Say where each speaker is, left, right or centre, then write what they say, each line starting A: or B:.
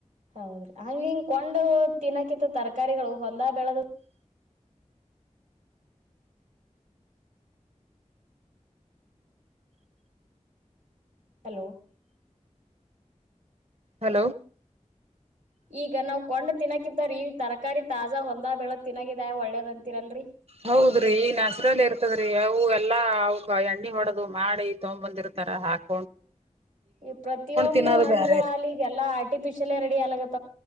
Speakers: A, on the right; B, on the right.
A: ಹೌದ್ರಿ ಅಲ್ ಹಿಂಗ ಕೊಂಡು ತಿನ್ನಕಿತ್ತು ತರ್ಕಾರಿಗಳು ಹೊಲ್ದಾ ಬೆಳ್ದು ಹಲೋ
B: ಹಲೋ
A: ಈಗ ನಾವ್ ಕೊಂಡ್ ತಿನಾಕಿಂತರಿ ತರಕಾರಿ ತಾಜಾ ಹೊಲ್ದಾಗ್ ಬೆಳ್ದ್ ತಿನಗಿದ ಒಳ್ಳೇದಂತೀರಲ್ರಿ.
B: ಹೌದ್ರಿ ಈ ನಸ್ರಲ್ಲಿ ಇರ್ತದ್ರಿ ಅವು ಎಲ್ಲಾ ಅವುಕ ಎಣ್ಣಿ ಹೊಡದು ಮಾಡಿ ತೊಗಂಬಂದಿರ್ತಾರ ಹಾಕ್
A: ಈ ಪ್ರತಿಯೊಂದು
B: ತಿನ್ನೋದು
A: ಹಣ್ಣುಗಳಲ್ಲಿ
B: ಬ್ಯಾರೆ
A: ಇಗ್ಯೆಲ್ಲಾ ಆರ್ಟಿಫಿಶಿಯಲ್ ಶಿಲ್ ರೆಡಿ ಯಾಲ್ಗದ್